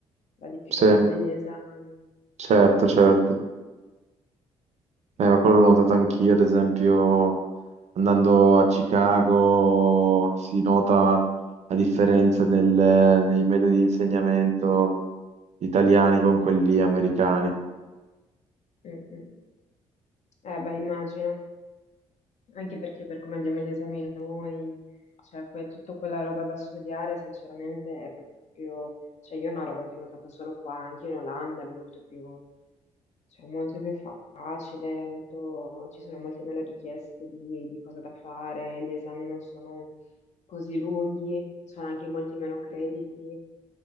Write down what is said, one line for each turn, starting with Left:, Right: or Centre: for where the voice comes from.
Left: la difficoltà
Right: Sì,
Left: degli esami.
Right: certo,
Left: Mm,
Right: certo. Eh, ma quello l'ho notato anch'io, ad esempio, andando a Chicago si nota la differenza nel- nei metodi di insegnamento italiani con quelli americani.
Left: mm, mm. Eh beh, immagino. Anche perché per come abbiamo gli esami noi, cioè que- tutta quella roba da studiare, sinceramente, è proprio, cioè io è una roba che ho notato solo qua, anche in Olanda è molto più, cioè, molto più facile, molto- ci sono molte meno richieste di, di cosa da fare, gli esami non sono così lunghi, sono anche molti meno crediti,